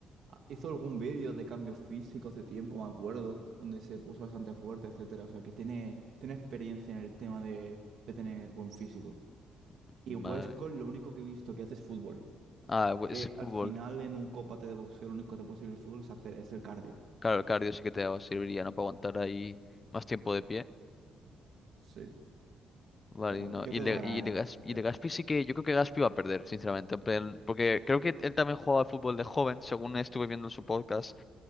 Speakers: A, on the right (about 70°); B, on the left (about 30°).
A: ah, Hizo algún vídeo de cambios físicos hace tiempo, me acuerdo, donde se puso bastante fuerte, etcétera. O sea, que tiene, tiene experiencia en el tema de, de tener buen físico.
B: Ujú.
A: Y
B: Vale.
A: Westcott lo único que he visto que hace es fútbol.
B: Ah, bu-
A: Que
B: ese fútbol.
A: al final en un combate de boxeo lo único que te puede servir el fútbol es hacer, es el cardio.
B: Claro, el cardio sí que te serviría, ¿no? Para aguantar ahí más tiempo de pie.
A: Sí.
B: Vale,
A: Pero
B: y no.
A: yo
B: Y
A: creo
B: de,
A: que va a
B: y
A: ganar
B: de, Gas- y
A: de
B: de
A: Grefg.
B: Gaspi sí que. Yo creo que Gaspi va a perder, sinceramente. en plan, Porque creo que él también jugaba al fútbol de joven, según estuve viendo en su podcast.